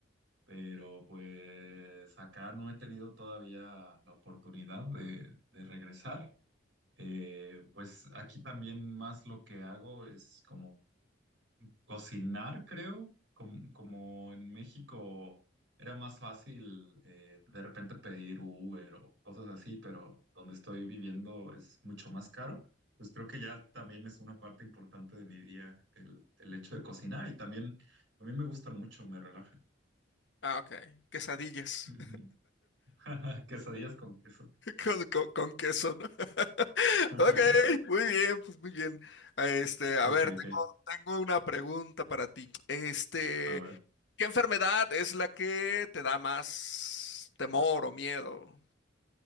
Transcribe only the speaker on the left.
Ah, ok. Quesadillas.
Con, con- con queso, ¿no? <laughs>
Ok, muy bien, pues muy bien. Este,
a ver, tengo,
tengo una pregunta para ti. Este,
¿qué enfermedad es la que te da más temor o miedo?